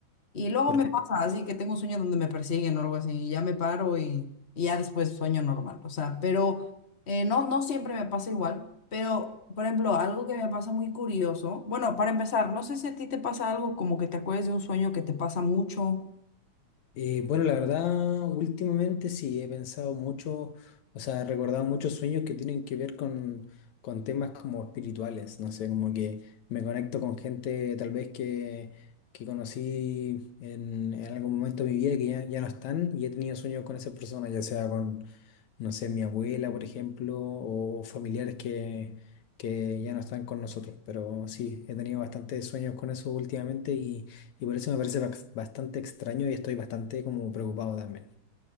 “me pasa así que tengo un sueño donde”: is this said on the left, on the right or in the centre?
Left